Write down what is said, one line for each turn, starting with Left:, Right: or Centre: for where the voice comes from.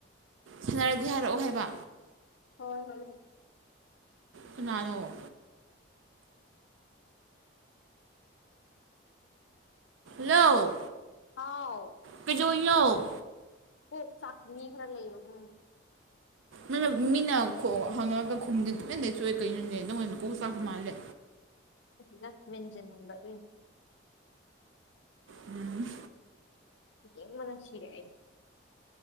Right: ꯁꯥꯟꯅꯔꯗꯤ ꯍꯥꯏꯔꯛꯑꯣ ꯍꯥꯏꯕ
Left: ꯍꯣꯏ ꯍꯣꯏ ꯍꯣꯏ
Right: ꯁꯨꯅꯥꯅꯣ ꯍꯜꯂ
Left: ꯍꯥꯎ
Right: ꯄꯖꯣꯏꯌꯎ
Left: ꯑꯣ ꯆꯥꯛꯠꯅꯤ ꯈ꯭ꯔ ꯂꯩꯕꯒ
Right: ꯣꯏꯅ ꯃꯤꯅ ꯍꯪꯉꯑꯒ ꯈꯣꯡꯗꯦ ꯇꯨꯃꯤꯦꯟ ꯂꯩꯩ ꯆꯣꯏꯦ ꯀꯩꯅꯣꯅꯦꯦ ꯅꯪ ꯃꯣꯏ ꯃꯀꯣꯛ ꯆꯥꯛꯄ ꯃꯥꯜꯂꯦ
Left: ꯂ ꯃꯦꯟꯖꯟꯝꯕ ꯑꯗꯨ
Right: ꯎꯝ
Left: ꯌꯦ ꯃꯅꯥꯁꯤꯔꯦ